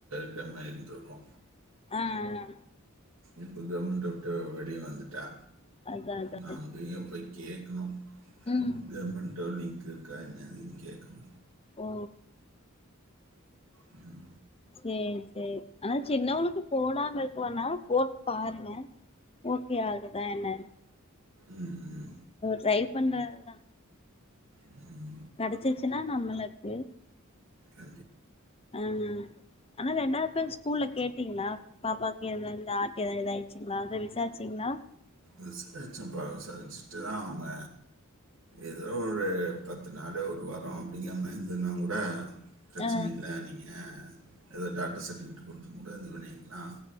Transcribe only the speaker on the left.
ஆஹ்
அதா அதா
ம்
ஓ
சேரி சேரி ஆனா சின்னவளுக்கு போடாம இருக்க வேனா போட்டு பாருங்க ஓகே ஆகுதா என்ன
ட்ரை பண்றதுதா
கிடைச்சிச்சுன்னா நம்ப லக்கு
ஹ ஆனா ரெண்டாவது பேரு ஸ்கூல்ல கேட்டீங்களா பாப்பாக்கு ஆதாவது எதடுச்சுங்களா அத விசாரிச்சிங்களா
ஆ